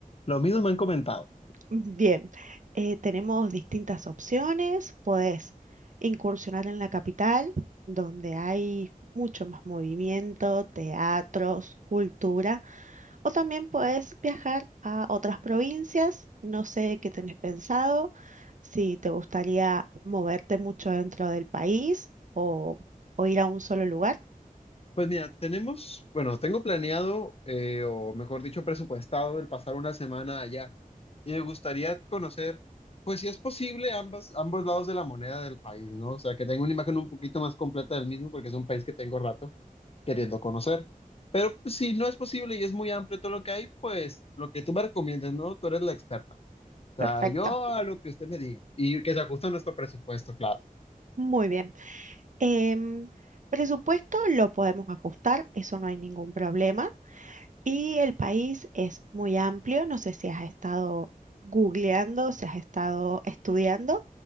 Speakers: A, on the left; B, on the right.
A: Lo mismo me han comentado.
B: Bien, eh, tenemos distintas opciones. Podés incursionar en la capital, donde hay mucho más movimiento, teatros, cultura, o también podés viajar a otras provincias. No sé qué tenés pensado, si te gustaría moverte mucho dentro del país o, o ir a un solo lugar.
A: Pues mira, tenemos, bueno, tengo planeado, eh, o mejor dicho, presupuestado el pasar una semana allá. Y me gustaría conocer, pues si es posible, ambas, ambos lados de la moneda del país, ¿no? O sea, que tenga una imagen un poquito más completa del mismo, porque es un país que tengo rato queriendo conocer. Pero pues, si no es posible y es muy amplio todo lo que hay, pues lo que tú me recomiendas, ¿no? Tú eres la experta. O
B: Perfecto,
A: sea, yo a lo que usted me diga y que se ajuste a nuestro presupuesto, claro.
B: muy bien. Em, presupuesto lo podemos ajustar, eso no hay ningún problema. Y el país es muy amplio, no sé si has estado googleando, si has estado estudiando.